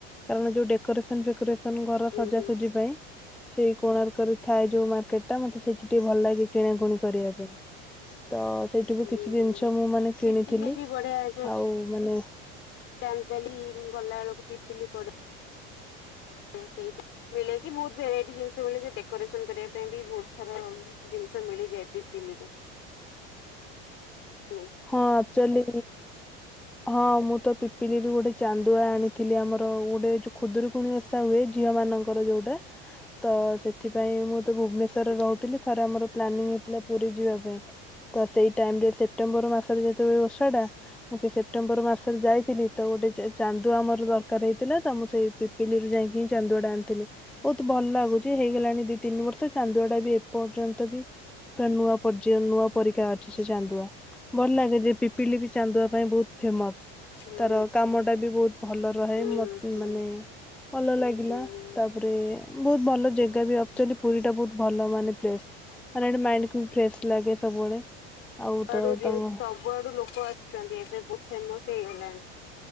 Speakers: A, in the centre; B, on the left (about 45°).
A: କାରଣ ଯୋଉ ଡେକରେସନ ଫେକୋରେଶନ ଘର
B: ହୁଁ
A: ସଜାସଜି
B: ହୁଁ
A: ପାଇଁ ସେଇ କୋଣାର୍କରୁ ଥାଏ ଯୋଉ ମାର୍କେଟ ଟା ମତେ ସେଇଠି ଟିକେ ଭଲ ଲାଗେ କିଣାକୁଣି କରିବା ପାଇଁ। ତ ସେଇଠିକୁ
B: ହୁଁ
A: କିଛି ଜିନିଷ
B: ହୁଁ
A: ମୁଁ ମାନେ
B: ପିପିଲି
A: କିଣିଥିଲି
B: ବି ବଢିଆ ଯୋଉ
A: ଆଉ ମାନେ
B: ଚାନ୍ଦବାଲି ଗଲା ବେଳକୁ ପିପିଲି ପଡେ ସେଇଠି ମିଳେ କିି ବହୁତ ଭେରାଇଟି ଜିନିଷ ମିଳେ ଯୋଉ ଡେକୋରେସନ କରିବା ପାଇଁ ବି ବହୁତ ସାରା ଜିନିଷ ମିଳିଯାଏ ପିପିଲିରେ। ନାଇଁ।
A: ହଁ ଆକଚୁଆଲି ହଁ ମୁଁ ତ ପିପିଲିରୁ ଗୋଟେ ଚାନ୍ଦୁଆ ଆଣିଥିଲି ଆମର ଗୋଟେ ଯୋଉ ଖୁଦୁରୁକୁଣି ଓଷା ହୁଏ ଝିଅ ମାନଙ୍କର ଯୋଉଟା ତ ସେଥିପାଇଁ ମୁଁ ତ ଭୁବନେଶ୍ୱରରେ
B: ଆଚ୍ଛା
A: ରହୁଥିଲି ଥରେ ଆମର ପ୍ଲାନିଂ ହେଇଥିଲା ପୁରୀ ଯିବା ପାଇଁ ତ ସେଇ ଟାଇମ ରେ ସେପ୍ଟେମ୍ବର ମାସ ଥରେ ଯାଇ ଯେତେବେଳେ ଓଷା ଟା ମୁଁ ସେଇ ସେପ୍ଟେମ୍ବର ମାସ ଯାଇଥିଲି ତ ଗୋଟେ ଚାନ୍ଦୁଆ ଆମର ଦରକାର ହେଇଥିଲା ତ ମୁଁ ସେଇ ପିପିଲିରୁ ଯାଇକି ହିଁ ଚାନ୍ଦୁଆଟା ଆଣିଥିଲି। ବହୁତ ଭଲ ଲାଗୁଛି ହେଇଗଲାଣି ଦି ତିନି ବର୍ଷ ଚାନ୍ଦୁଆ ଟା ବି ଏପର୍ଯ୍ୟନ୍ତ ବି ପୁରା ନୂଆ ପର୍ ନୂଆ ପରିକା ଅଛି ସେ ଚାନ୍ଦୁଆ। ଭଲ ଲାଗେ ଯେ ପିପିଲି ବି ଚାନ୍ଦୁଆ ପାଇଁ ବହୁତ ଫେମସ।
B: ହୁଁ
A: ତାର କାମ ଟା ବି ବହୁତ ଭଲ ରହେ
B: ହୁଁ
A: ମତ
B: ହୁଁ
A: ମାନେ ଭଲ ଲାଗିଲା
B: ହୁଁ।
A: ତାପରେ ବହୁତ ଭଲ ଜାଗା ବି ଅକ୍ଚୁଆଲି ପୁରୀ ଟା ବହୁତ ଭଲ ମାନେ ପ୍ଲେସ୍। ମାନେ ଗୋଟେ ମାଇଣ୍ଡକୁ ବି ଫ୍ରେଶସ୍ ଲାଗେ ସବୁବେଳେ। ଆଉ
B: ସବୁଆଡୁ
A: ତ
B: ସବୁଆଡୁ
A: ତାଙ୍କ
B: ଲୋକ ଆସୁଛନ୍ତି ଏବେ ବହୁତ ଫେମସ୍ ହେଇଗଲାଣି